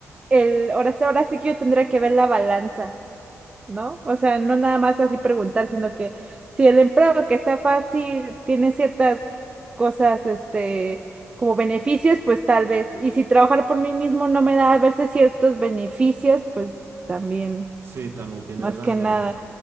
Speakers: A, on the right; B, on the right.
A: el, ahora sí, ahora sí que yo tendría que ver la balanza. ¿no? O sea, no nada más así preguntar, sino que si el empleo que está fácil tiene ciertas cosas, este, como beneficios, pues tal vez. Y si trabajar por mí mismo no me da a veces ciertos beneficios, pues también,
B: Sí, también tienes
A: más
B: razón.
A: que nada.